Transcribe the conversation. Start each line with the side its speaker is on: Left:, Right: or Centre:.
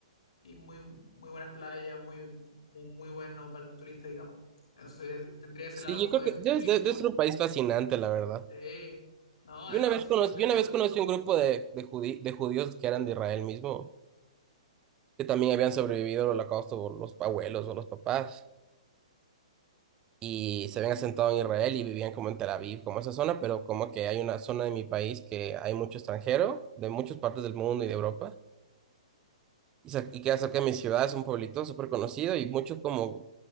Left: y muy, muy buenas playas, muy, como un muy bueno para el turista, digamos. Entonces tendría ese
Right: Sí,
Left: lado como
Right: yo creo
Left: de
Right: que debe,
Left: turismo.
Right: de- debe ser un país fascinante, la verdad.
Left: Sí. no, además
Right: Yo una vez
Left: que es
Right: conocí,
Left: súper tecnológico.
Right: yo una vez conocí un grupo de, de, judí- de judíos que eran de Israel mismo, que también habían sobrevivido al holocausto por los abuelos o los papás, y se habían asentado en Israel y vivían como en Tel Aviv, como esa zona, pero como que hay una zona de mi país que hay mucho extranjero, de muchas partes del mundo y de Europa, Y, sa- y queda cerca de mi ciudad, es un pueblito súper conocido y muchos como